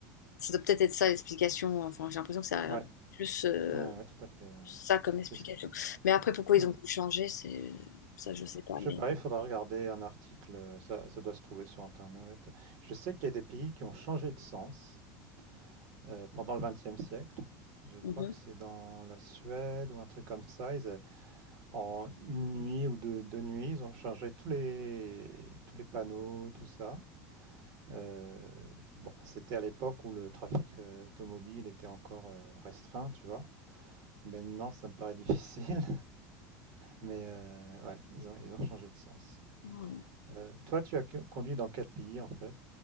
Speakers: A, on the left; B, on the right.
A: ça doit peut-être être ça l'explication, enfin j'ai l'impression que ça a l'air
B: ouais,
A: plus euh,
B: ouais, ouais, tout à fait. ouais.
A: ça comme explication.
B: Est-ce que-
A: Mais après, pourquoi
B: ouais.
A: ils ont voulu changer, c'est ça, je sais pas,
B: Je
A: mais...
B: sais pas,
A: bon.
B: il faudra regarder un article. euh, Ça, ça doit se trouver sur Internet. Je sais qu'il y a des pays qui ont changé de sens. euh, pendant le XXe siècle. Je crois
A: Mhm.
B: que c'est dans la Suède ou un truc comme ça. Ils, en une nuit ou deux, deux nuits, ils ont changé tous les, tous les panneaux, tout ça. Euh, bon, c'était à l'époque où le trafic euh, automobile était encore euh, restreint, tu vois. Maintenant, ça me paraît <laughs> difficile, mais euh, ouais, ils ont, ils ont changé de sens.
A: Ouais.
B: Euh, toi, tu as conduit dans quel pays en fait?